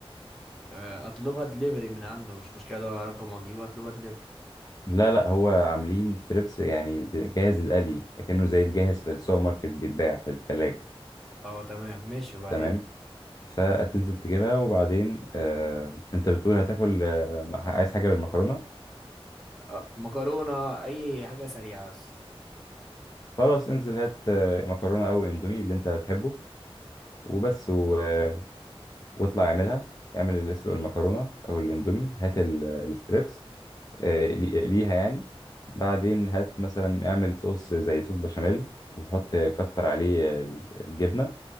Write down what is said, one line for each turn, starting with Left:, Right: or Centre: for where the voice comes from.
Centre: آه، اطلبها دليفري من عنده مش مشكله ده رقم واجيبه اطلبها دليفري
Left: لا لا هو عاملين ستريبس يعني جاهز القلي اكنه زي الجاهز في السوبر ماركت بيتباع في الثلاجة
Centre: اه تمام ماشي وبعدين
Left: تمام فتنزل تجيبها وبعدين آه انت بتقول هتاكل آه عايز حاجة بالمكرونة
Centre: آه، مكرونه اي حاجه سريعه بس
Left: خلاص انزل هات آه مكرونة او اندومي اللي انت هتحبه وبس و... آه واطلع اعملها اعمل اللي اسلق المكرونة او الاندومي هات ال- الستريبس آه لي- ليها يعني بعدين هات مثلا اعمل صوص زي صوص بشاميل وحط كتر عليه الجبنة